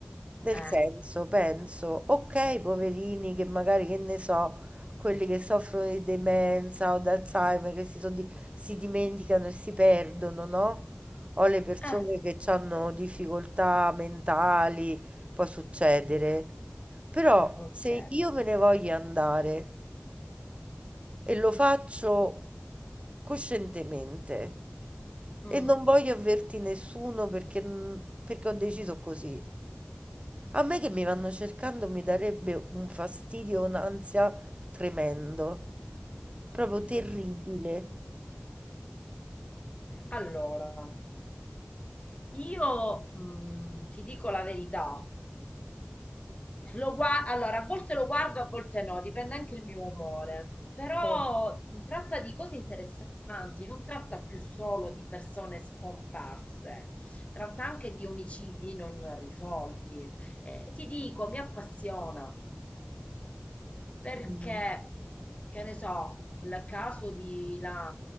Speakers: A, on the right; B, on the left.
A: Nel
B: Eh,
A: senso, penso, ok, poverini che magari, che ne so, quelli che soffrono di demenza o d'Alzheimer, che si, so di- si dimenticano e si perdono, no? O le persone
B: eh,
A: che hanno difficoltà mentali, può succedere. Però
B: ok.
A: se io me ne voglio andare, e lo faccio coscientemente
B: Mm.
A: e non voglio avverti nessuno perché, perché ho deciso così. A me che mi vanno cercando mi darebbe un fastidio, un'ansia tremendo, proprio terribile.
B: Allora. Io mh, ti dico la verità. Lo gua- allora, a volte lo guardo, a volte no, dipende anche il mio umore. Però
A: Cioè,
B: mh, tratta di cose interessanti, non tratta più solo di persone scomparse, tratta anche di omicidi non risolti. E ti dico, mi appassiona. Perché,
A: Mm.
B: che ne so, il caso di la,